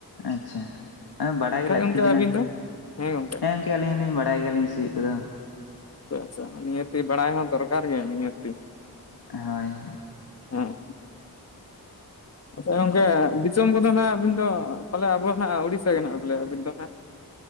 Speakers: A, on the left (about 80°); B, on the left (about 40°).
A: ᱟᱪᱪᱷᱟ ᱮ ᱵᱟᱰᱟᱭ ᱜᱮ ᱞᱟᱹᱠᱛᱤ
B: ᱜᱚᱢᱠᱮ
A: ᱠᱟᱱᱟ᱾
B: ᱟᱹᱵᱤᱱ
A: ᱦᱮᱸ
B: ᱫᱚ
A: ᱜᱚᱝᱠᱮ
B: ᱦᱮᱸ ᱜᱚᱢᱠᱮ
A: ᱜᱚᱝᱠᱮ ᱟᱞᱤᱧ ᱦᱚᱸᱞᱤᱧ ᱵᱟᱲᱟᱭ ᱜᱮᱭᱟ ᱞᱤᱧ ᱥᱤᱳᱜ ᱠᱚᱫᱚ᱾
B: ᱟᱪᱪᱷᱟ ᱟᱪᱪᱷᱟ᱾ ᱱᱤᱦᱟᱹᱛᱤ ᱵᱟᱲᱟᱭ ᱦᱚᱸ ᱫᱚᱨᱠᱟᱨ ᱜᱮᱭᱟ ᱱᱤᱦᱟᱹᱛᱤ᱾
A: ᱦᱳᱭ᱾
B: ᱦᱮᱸ᱾ ᱟᱪᱪᱷᱟ ᱜᱚᱝᱠᱮ ᱫᱤᱥᱚᱢ ᱠᱚᱫᱚ ᱱᱟᱦᱟᱸᱜ ᱟᱹᱵᱤᱱ ᱫᱚ ᱯᱟᱞᱮ ᱟᱵᱚ ᱱᱦᱟᱸᱜ ᱩᱲᱤᱥᱥᱟ ᱜᱮ ᱱᱟᱦᱟᱸᱜ ᱵᱚᱞᱮ ᱟᱹᱵᱤᱱ ᱫᱚ ᱦᱟᱸᱜ᱾